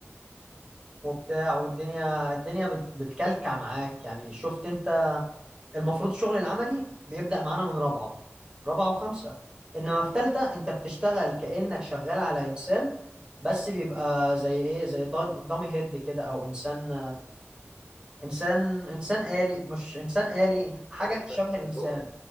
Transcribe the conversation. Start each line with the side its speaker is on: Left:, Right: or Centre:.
Right: وبتاع والدنيا الدنيا بت- بتكلكع معاك يعني شفت انت المفروض الشغل العملي بيبدأ معانا من رابعة رابعة وخمسة انما في تالتة انت بتشتغل كأنك شغال على انسان بس بيبقى زي ايه زي دام- دامي هيد كده او انسان انسان انسان آلي مش انسان آلي حاجة
Left: تقريبا
Right: شبه الانسان
Left: اللي هو